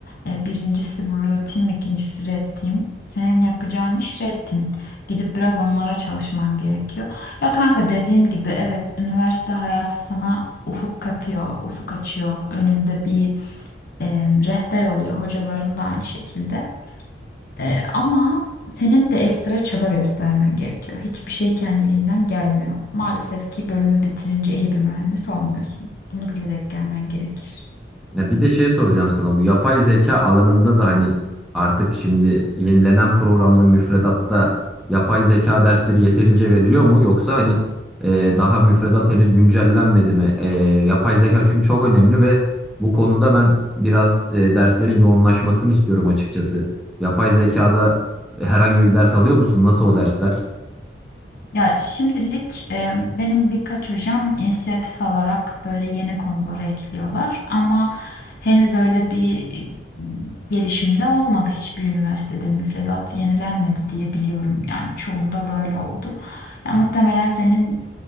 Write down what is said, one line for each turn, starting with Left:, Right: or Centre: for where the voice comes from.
Left: E, birincisi Blue Team, ikincisi Red Team. Senin yapacağın iş Red Team. Gidip biraz onlara çalışman gerekiyor. Ya kanka dediğim gibi evet üniversite hayatı sana ufuk katıyor, ufuk açıyor. Önünde bir e, rehber oluyor. Hocaların da aynı şekilde. Ee, ama senin de ekstra çaba göstermen gerekiyor. Hiçbir şey kendiliğinden gelmiyor. Maalesef ki bölümü bitirince iyi bir mühendis olmuyorsun. Bunu bilerek gelmen gerekir.
Centre: Ya bir de şey soracağım sana bu yapay zeka alanında da hani artık şimdi yenilenen programda müfredatta yapay zeka dersleri yeterince veriliyor mu? Yoksa hani e, daha müfredat henüz güncellenmedi mi? E, yapay zeka çünkü çok önemli ve bu konuda ben biraz e, derslerin yoğunlaşmasını istiyorum açıkçası. Yapay zekada herhangi bir ders alıyor musun? Nasıl o dersler?
Left: Ya şimdilik e, benim birkaç hocam inisiyatif alarak böyle yeni konuları ekliyorlar ama henüz öyle bir e, gelişimde olmadı hiçbir üniversitede müfredat yenilenmedi diye biliyorum. Yani çoğunda böyle oldu. Ya muhtemelen senin